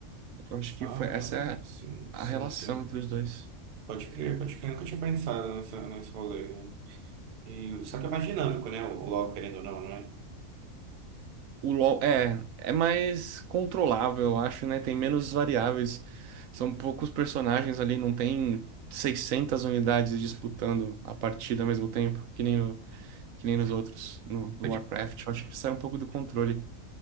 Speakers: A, on the right (about 75°); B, on the right (about 60°).
A: Eu acho que
B: Ah,
A: foi, essa é
B: sim,
A: a
B: sim,
A: relação
B: sim.
A: entre os dois.
B: Pode crer, pode crer. Eu nunca tinha pensado nessa, nesse rolê. né? E, só que é mais dinâmico, né? O LoL, querendo ou não, não é?
A: O LoL é, é mais controlável, eu acho, né? Tem menos variáveis. São poucos personagens ali, não tem 600 unidades disputando a partida ao mesmo tempo, que nem no que nem nos outros, no, no
B: Pode,
A: Warcraft. Eu acho que sai um pouco do controle.